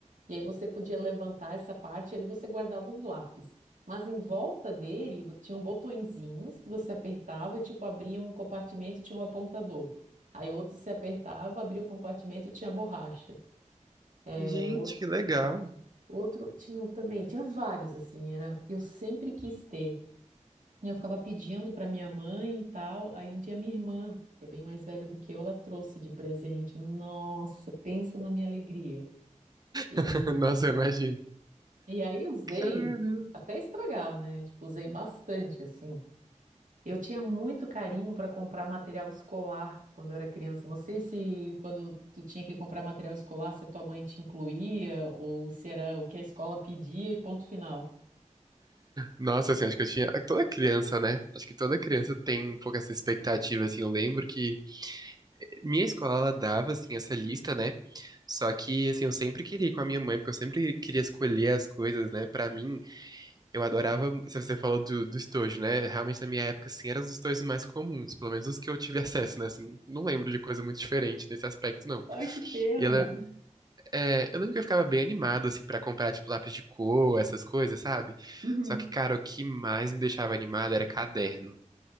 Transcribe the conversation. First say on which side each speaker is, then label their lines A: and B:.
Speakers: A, on the right; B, on the right.
A: e aí você podia levantar essa parte, e ali você guardava os lápis. Mas em volta dele vo- tinham botõezinhos que você apertava e, tipo, abria um compartimento e tinha um apontador. Aí outro se apertava, abria o compartimento e tinha borracha.
B: Gente,
A: É, O-
B: que legal.
A: Outro, tinha um também, tinha vários assim, era, eu sempre quis ter. E Eu ficava pedindo para minha mãe e tal. Aí um dia minha irmã, que é bem mais velha do que eu, ela trouxe de presente. Nossa, pensa na minha alegria. E,
B: <laughs> Nossa, eu imagino.
A: e aí eu usei
B: Caramba.
A: até estragar, né? Tipo, usei bastante assim. Eu tinha muito carinho para comprar material escolar quando eu era criança. Não sei se quando tu tinha que comprar material escolar, se a tua mãe te incluía ou se era o que a escola pedia e ponto final.
B: Nossa, assim, acho que eu tinha. é, Toda criança, né? Acho que toda criança tem um pouco essa expectativa, assim. Eu lembro que minha escola, ela dava, assim, essa lista, né? Só que, assim, eu sempre queria ir com a minha mãe, porque eu sempre queria escolher as coisas, né, pra mim. Eu adorava, se você falou do, do estojo, né? Realmente na minha época, assim, eram os estojos mais comuns, pelo menos os que eu tive acesso, né? Assim, não lembro de coisa muito diferente nesse aspecto, não.
A: Ai, que pena.
B: E ela, é, eu lembro que eu ficava bem animado, assim, pra comprar, tipo, lápis de cor, essas coisas, sabe?
A: Uhum.
B: Só que, cara, o que mais me deixava animado era caderno.